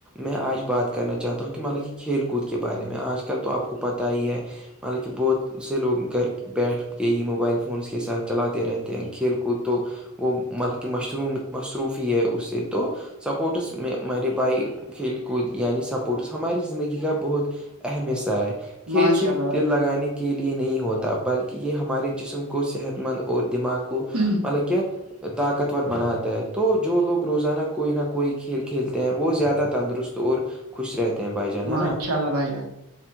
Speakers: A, in the centre; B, on the right.
A: میں آج بات کرنا چاہتا ہوں کہ ملبگ یہ کھیل کود کے بارے میں آج کل تو آپ کو پتہ ہی ہے مطلب کہہ بہت سے لوگ گھر بیٹھ گئے موبائل فونس کے ساتھ چلاتے رہتے ہیں کھیل کود تو وہ مطلب کہ مشروم مصروف ہے اس سے تو سپورٹس میں میرے بھائی کھیل کود یعنی سپورٹس ہماری زندگی کا بہت اہم حصہ ہے کھیل
B: ماشاء
A: صرف
B: اللہ بھائی
A: دل
B: جان
A: لگانے کے لیے نہیں ہوتا بلکہ یہ ہمارے جسم کوو صحت مند اور دماغ کوو
B: ہوں
A: مط کہ طاقتور بنااتا ہے تو جو لوگ روزانہ کوئی نہ کوئی کھیل کھیلتے ہیں وہ زیادہ تندرست تو اور خوش رہتے ہیں بھائی جان
B: ماشاء
A: ہے نا
B: اللہ بھائی جان